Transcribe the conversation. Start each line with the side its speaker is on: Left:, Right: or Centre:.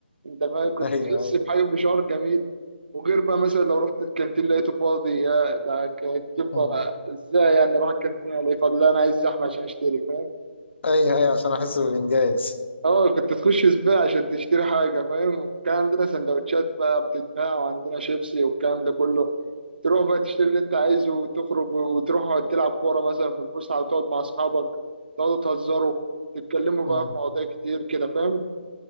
Right: انت فاهم كنت
Left: ايوه
Right: تحس بحاجه بشعور جميل وغير بقى مثلا لو رحت الكانتين لقيته فاضي يا ده كانت تبقى
Left: اه
Right: ازاي يعني اروح الكانتين الاقيه فاضي لا انا عايز زحمه عشان اشتري فاهم
Left: اي اي عشان احس بالانجاز
Right: اه كنت تخش سباق عشان تشتري حاجة فاهم كان عندنا سندوتشات بقى بتتباع وعندنا شيبسي والكلام ده كله تروح بقى تشتري اللي انت عايزه وتخرج وتروح تلعب كورة مثلا في الفسحة وتقعد مع أصحابك تقعدوا تهزروا تتكلموا بقى
Left: اه
Right: في مواضيع كتير كده فاهم